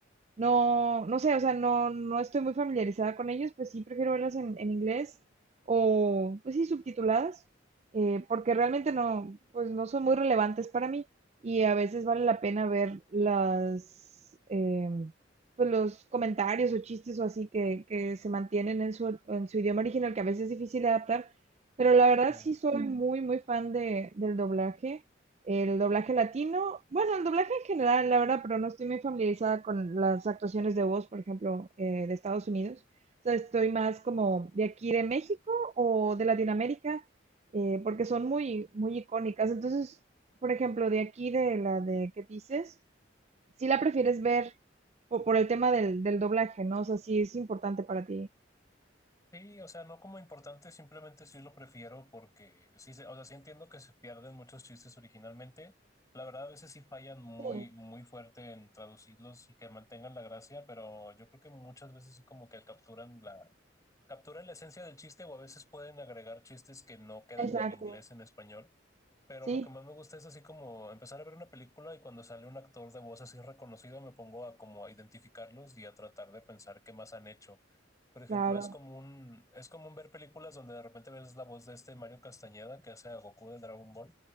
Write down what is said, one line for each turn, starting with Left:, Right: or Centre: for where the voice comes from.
Right: No, no sé, o sea, no, no estoy muy familiarizada con ellos, pues sí prefiero verlas en, en inglés o, pues sí, subtituladas, eh, porque realmente no, pues no son muy relevantes para mí y a veces vale la pena ver las, em, pues los comentarios o chistes o así que, que se mantienen en su, en su idioma original, que a veces es difícil de adaptar, pero la verdad
Left: Eh,
Right: sí soy Mm. muy, muy fan de, del doblaje. El doblaje latino, bueno, el doblaje en general, la verdad, pero no estoy muy familiarizada con las actuaciones de voz, por ejemplo, eh, de Estados Unidos. O sea, estoy más como de aquí de México o de Latinoamérica, eh, porque son muy, muy icónicas. Entonces, por ejemplo, de aquí de la de qué dices, si la prefieres ver o por el tema del, del doblaje, ¿no? O sea, sí es importante para ti.
Left: sí, o sea, no como importante, simplemente sí lo prefiero porque sí, se- o sea, sí entiendo que se pierden muchos chistes originalmente. La verdad, a veces sí fallan muy,
Right: Sí,
Left: muy fuerte en traducirlos y que mantengan la gracia, pero yo creo que muchas veces sí como que capturan capturan la esencia del chiste o a veces pueden agregar chistes que no quedan
Right: Exacto.
Left: ni en inglés ni en español. Pero
Right: Sí,
Left: lo que más me gusta es así como empezar a ver una película y cuando sale un actor de voz así reconocido me pongo a como a identificarlos y a tratar de pensar qué más han hecho. Por ejemplo,
Right: claro,
Left: es común, es común ver películas donde de repente ves la voz de este Mario Castañeda que hace a Goku de Dragon Ball